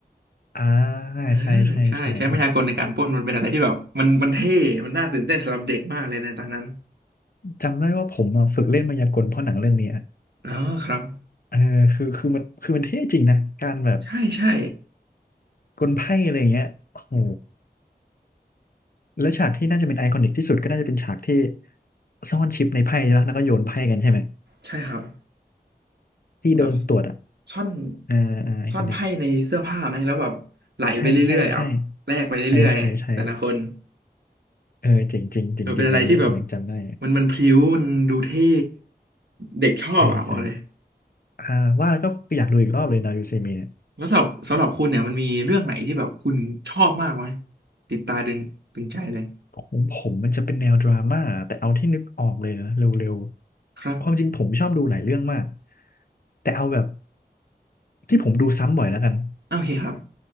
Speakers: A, on the left (about 60°); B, on the right (about 80°).
A: อ่า
B: เออ
A: ใช่ใช่ใช่ใช่
B: ใช่ใช้มายากลในการปล้นมันเป็นอะไรที่แบบมันมันเท่มันน่าตื่นเต้นสำหรับเด็กมากเลยในตอนนั้น
A: จำได้ว่าผมอะฝึกเล่นมายากลเพราะหนังเรื่องนี้อะ
B: อ๋อครับ
A: เออคือคือมันคือมันเท่จริงนะการแบบ
B: ใช่ใช่
A: กลไพ่อะไรอย่างเงี้ยโอ้โหแล้วฉากที่น่าจะเป็นไอคอนิกที่สุดก็น่าจะเป็นฉากที่ซ่อนชิปในไพ่แล้วแล้วก็โยนไพ่กันใช่ไหม
B: ใช่ครับ
A: ที่โดนตรวจอ่ะ
B: แบบซ่อน
A: อ่าอ่าไอคอนิก
B: ซ่อนไพ่ในเสื้อผ้าไหมแล้วแบบไหลไปเรื่อยๆอ่ะแลกไปเรื่อยๆแต่ละคน
A: ใช่ใช่ใช่ใช่ใช่ใช่เออเจ๋งจริงจริงจริงอันนี้ผมยังจำได้
B: เออเป็นอะไรที่แบบมันมันพลิ้วมันดูเท่เด็กชอบอ่ะบอกเลย
A: ใช่ใช่อ่าว่าแล้วก็อยากดูอีกรอบเลยนายูเซมิเนี่ย
B: แล้วสำหรับสำหรับคุณเนี่ยมันมีเรื่องไหนที่แบบคุณชอบมากไหมติดตาดึงดึงใจเลย
A: ของผมมันจะเป็นแนวดราม่าแต่เอาที่นึกออกเลยนะเร็วๆความจริงผมชอบดูหลายเรื่องมาก
B: ครับ
A: แต่เอาแบบที่ผมดูซ้ำบ่อยแล้วกัน
B: โอเคครับ